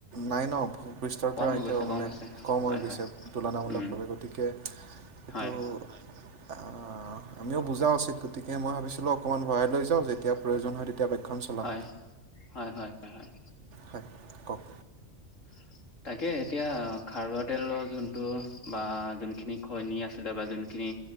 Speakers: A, on the right; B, on the left.
A: নাই ন পৃষ্টৰ
B: কম
A: পৰা
B: হৈ
A: এতিয়াও
B: গৈছে কম
A: মানে
B: হৈছে
A: কম
B: হয়
A: হৈ গৈছে
B: হয়
A: তুলনামূলকভাৱে
B: উম
A: গতিকে কিন্তটো
B: হয়
A: অ' আমিও বুজা উচিত গতিকে মই ভাবিছিলোঁ অকণমান ভৰাই লৈ যাওঁ যেতিয়া প্ৰয়োজন হয় ক্ষণ চলাম
B: হয় হয় হয় হয় হয়
A: হয় কওক।
B: <inaudible> তাকে এতিয়া খাৰুৱা তেলৰ যোনটো বা যোনখিনি খৈণী আছিলে বা যোনখিনি